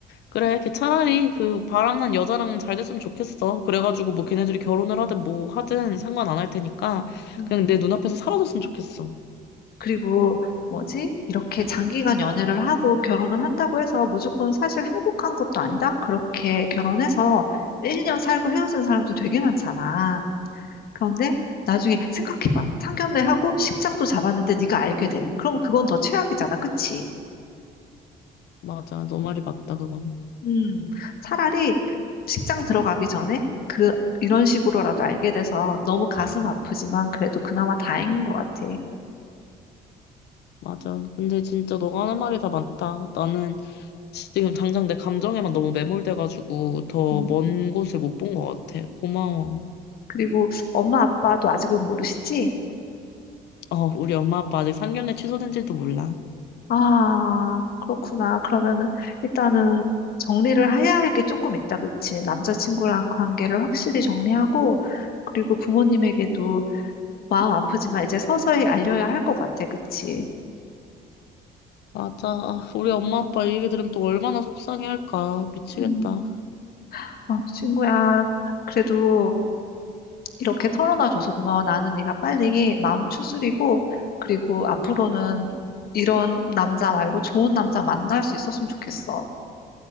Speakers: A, on the left; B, on the left.
A: 그래, 걔 차라리 그 바람난 여자랑 잘 됐으면 좋겠어. 그래가지고 뭐 걔네들이 결혼을 하든 뭐 하든 상관 안 할 테니까
B: 음.
A: 그냥 내 눈앞에서 사라졌으면 좋겠어.
B: 그리고 뭐지? 이렇게 장기간 연애를 하고 결혼을 한다고 해서 무조건 사실 행복한 것도 아니다. 그렇게 결혼해서 1년 살고 헤어진 사람도 되게 많잖아. 그런데 나중에 생각해봐. 상견례하고 식장도 잡았는데 네가 알게 돼. 그러면 그건 더 최악이잖아. 그치?
A: 맞아. 너 말이 맞다, 그건.
B: 음, 차라리 식장 들어가기 전에 그, 이런 식으로라도 알게 돼서 너무 가슴 아프지만 그래도 그나마 다행인 것 같아.
A: 맞아. 근데 진짜 너가 하는 말이 다 맞다. 나는 지금 당장 내 감정에만 너무 매몰돼가지고 더
B: 음,
A: 먼 곳을 못 본 것 같아. 고마워.
B: 그리고 엄마 아빠도 아직은 모르시지?
A: 어, 우리 엄마 아빠 아직 상견례 취소된지도 몰라.
B: 아, 그렇구나. 그러면은 일단은 정리를 해야 할 게 조금 있다, 그치? 남자친구랑 관계를 확실히 정리하고, 그리고 부모님에게도 마음 아프지만 이제 서서히 알려야 할 것 같아, 그치?
A: 맞아. 아, 우리 엄마 아빠 이 얘기 들으면 또 얼마나 속상해할까. 미치겠다.
B: 음, 아, 친구야. 그래도 이렇게 털어놔줘서 고마워. 나는 네가 빨리 마음 추스리고, 그리고 앞으로는 이런 남자 말고 좋은 남자 만날 수 있었으면 좋겠어.